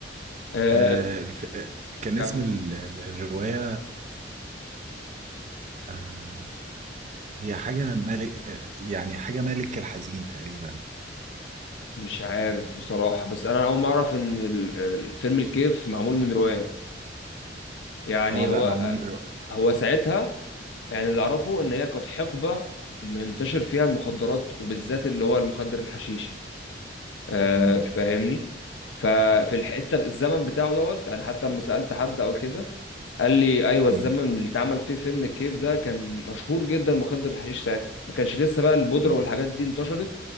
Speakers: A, on the left (about 85°); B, on the right (about 40°).
A: آه،
B: آه الف... آه، كان
A: كم
B: اسم ال- ال- الرواية آه هي حاجة ملك آه، يعني حاجة ملك الحزين تقريبا
A: مش عارف بصراحة بس انا اول مرة اعرف ان ال- الفيلم الكيف معمول من رواية يعني
B: اه لا
A: هو
B: معمول
A: آه،
B: من الرو-
A: هو ساعتها يعني اللي اعرفه ان هي كانت حقبه منتشر فيها المخدرات وبالذات اللي هو المخدر الحشيش آه
B: مم،
A: فاهمني ففي الحته الزمن بتاعه دوت انا حتى لما سالت حد او كده قال لي ايوه الزمن
B: مم،
A: اللي اتعمل فيه فيلم الكيف ده كان مشهور جدا مخدر الحشيش ساعتها ما كانش لسه بقى البودره
B: مم،
A: والحاجات دي انتشرت